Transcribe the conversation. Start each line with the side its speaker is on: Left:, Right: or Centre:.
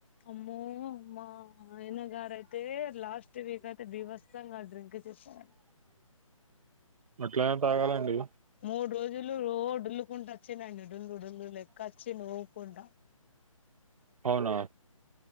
Left: అమ్మో అమ్మా ఆ ఆయన గారు అయితే లాస్ట్ వీక్ అయితే బీవ్ వస్తంగా డ్రింక్ చేస్తారు
Right: అట్లా తాగాల అండి
Left: మూడు రోజులు రో డుల్లుకుంటా వచ్చిండ్రు అండి డుల్లు డుల్లు లెక్క వచ్చిండు ఊపుకుంటా
Right: అవునా